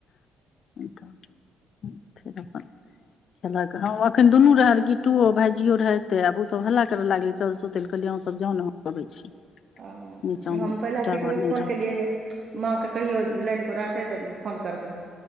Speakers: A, on the left (about 50°); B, on the right (about 45°).
A: <unintelligible> खेलक हँ एखन दुनू रहल गिटुओ भायजयो रहेते आब ओ सब हल्ला करय लागले चल सुते कहलियह सब जहन अबै छी
B: <inaudible> आ
A: नीचाँ
B: हम
A: मे
B: पहिल
A: टावर
B: किटुयै कऽ
A: नहि
B: फोन
A: रहतै
B: केलिये यौ माँ केँ कहियो लाइनपर रहतै तऽ फोन करबै